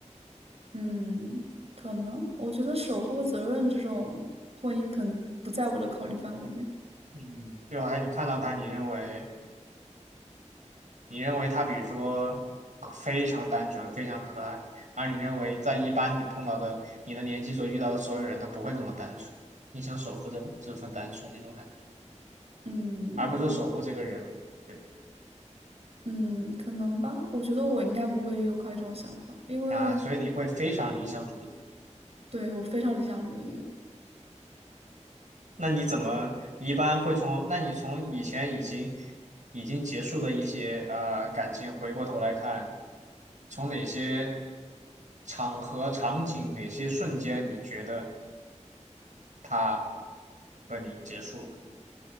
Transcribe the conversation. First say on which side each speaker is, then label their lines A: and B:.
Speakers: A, on the right; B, on the right.
A: 嗯，可能我觉得守护和责任这种婚姻可能不在我的考虑范围内。
B: 嗯，就好像你看到他，你认为你认为他比如说非常单纯、非常可爱，而你认为在一般你碰到的你的年纪所遇到的所有人，他不会这么单纯。你想守护这这份单纯那种感觉，
A: 嗯
B: 而不是说守护这个人物对
A: 嗯，可能吧。我觉得我应该不会有考虑这种想法，因为
B: 啊，所以你会非常理想主义。
A: 对我非常理想主义。
B: 那你怎么你一般会从？那你从以前已经已经结束的一些呃感情，回过头来看，从哪些场合、场景、哪些瞬间，你觉得他和你结束了？